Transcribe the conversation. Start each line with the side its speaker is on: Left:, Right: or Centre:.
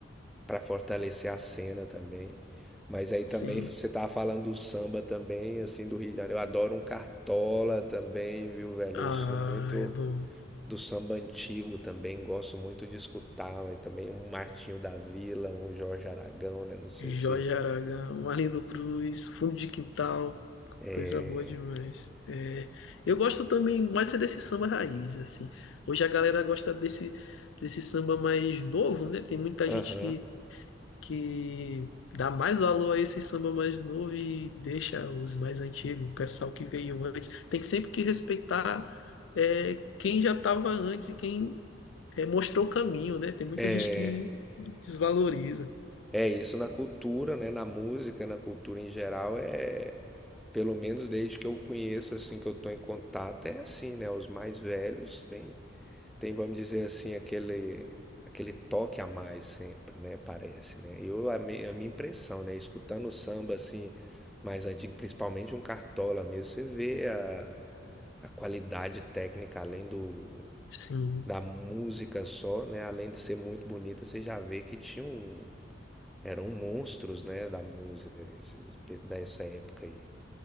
Centre: para fortalecer a cena também. Mas aí também
Left: Sim.
Centre: você tava falando do samba também, assim, do Rio de Janeiro. Eu adoro um cartola também, viu, velho?
Left: Ah,
Centre: Eu sou muito
Left: é bom.
Centre: do samba antigo também, gosto muito de escutar, mas também um Martinho da Vila, um Jorge Aragão, né? Não sei
Left: Jorge
Centre: se.
Left: Aragão, Arlindo Cruz, Fundo de Quintal,
Centre: É.
Left: coisa boa demais. É, eu gosto também mais é desse samba raiz, assim. Hoje a galera gosta desse, desse samba mais novo, né? Tem muita
Centre: Aham.
Left: gente que, que dá mais valor a esse samba mais novo e deixa os mais antigos, o pessoal que veio antes. Tem que sempre que respeitar é, quem já estava antes e quem é, mostrou o caminho, né? Tem muita
Centre: É.
Left: gente que desvaloriza.
Centre: É isso na cultura, né? Na música, na cultura em geral, é. Pelo menos desde que eu conheço, assim, que eu tô em contato, é assim, né? Os mais velhos têm tem, vamos dizer assim, aquele aquele toque a mais sempre, né? Parece, né? Eu a, mi- a minha impressão, né? Escutando o samba assim mais antigo, principalmente um Cartola mesmo, você vê a, a qualidade técnica além do
Left: Sim.
Centre: da música só, né? Além de ser muito bonita, você já vê que tinha um eram monstros, né, da música esses pe- dessa época aí.